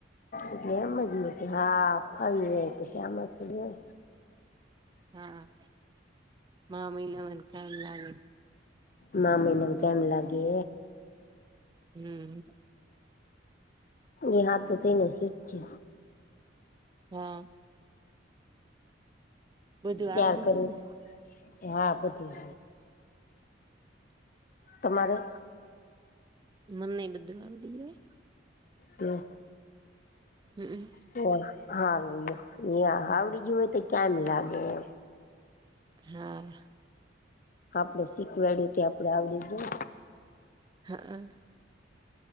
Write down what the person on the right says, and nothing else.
હા મામીના વનકાય ના લેવાય.
હમ
હા. બધું
આવડી
ગયું ને
મને બધવા દીજ-
હમ
હા
હા હ